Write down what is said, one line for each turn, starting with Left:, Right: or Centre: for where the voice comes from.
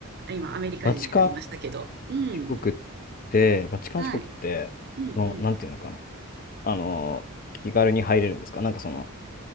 Right: 今、アメリカ人になりましたけど、
Left: バチカン
Right: うん、
Left: 市国って、バチカン市国って、
Right: はい、うん、
Left: の、
Right: うん。
Left: なんていうのかな。あのー、気軽に入れるんですかなんかその、